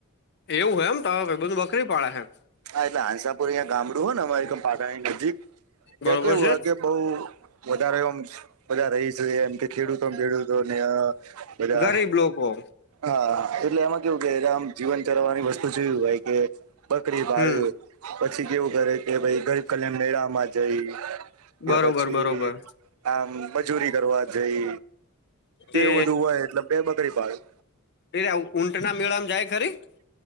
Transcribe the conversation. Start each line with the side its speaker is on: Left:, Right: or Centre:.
Left: એવું હે તમાર ભાઈબંધ બકરી પાળે હૈ.
Right: હા એટલે હાંસાપુર અંયા ગામડું હો ને અમારે પાટણની નજીક ત્યાં
Left: બરોબર
Right: કેવું
Left: છે
Right: હ કે બઉ. વધારે એમ બધા રહીશ એમ કે ખેડૂતો ખેડૂતો ને. બધા
Left: ગરીબ લોકો.
Right: હા એટલે એમાં કેવું કે આમ જીવન ચરવવાની વસ્તુ જોયું હોય કે. બકરી બાળ
Left: હમ
Right: પછી કેવું કરે કે ભય ગરીક કલ્યાણ મેળામાં જઈ.
Left: બરોબર
Right: એ પછી.
Left: બરોબર
Right: આમ મજૂરી કરવા જઈ
Left: તે
Right: એવું બધું હોય એટલે બે બકરી પાળી.
Left: એલા ઊંટના મેળામાં જાય ખરી.
Right: હ